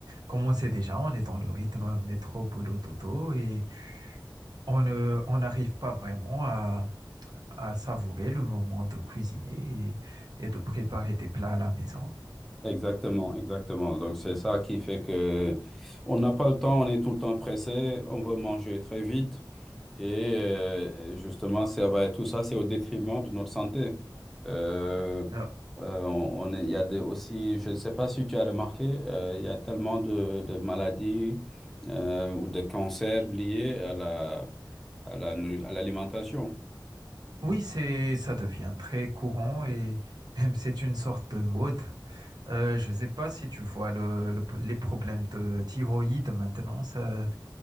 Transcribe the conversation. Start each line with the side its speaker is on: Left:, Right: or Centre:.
Right: comme on sait déjà, on est dans le rythme métro, boulot, dodo, et on ne, on n'arrive pas vraiment à, à savourer le moment de cuisiner et, et de préparer des plats à la maison.
Centre: Exactement, exactement. Donc c'est ça qui fait que on n'a pas le temps, on est tout le temps pressé, on veut manger très vite et euh, justement ça va- tout ça c'est au détriment de notre santé. Euh,
Right: Euh,
Centre: euh, on, on est- il y a des- aussi, je ne sais pas si tu as remarqué, euh, il y a tellement de, de maladies euh, ou de cancers liés à la, à la, nourri- à l'alimentation.
Right: Oui, c'est, ça devient très courant et même c'est une sorte de mode. Euh, je ne sais pas si tu vois le, le- les problèmes de thyroïde maintenant, ça,